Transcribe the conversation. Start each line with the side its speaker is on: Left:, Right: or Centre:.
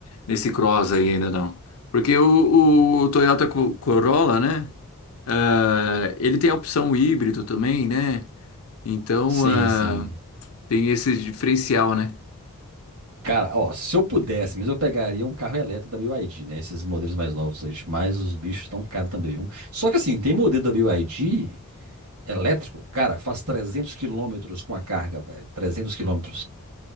Left: nesse Cross aí ainda não. Porque o, o Toyota Co- Corolla, né, ah, ele tem a opção híbrido também, né, então
Right: Sim,
Left: ah,
Right: sim.
Left: tem esse diferencial, né?
Right: Cara, ó, se eu pudesse, mas eu pegaria um carro elétrico da BYD, né? Esses modelos mais novos hoje. Mas os bichos estão caros também, viu? Só que assim, tem modelo da BYD elétrico, cara, faz 300 quilômetros com a carga, velho. 300 quilômetros.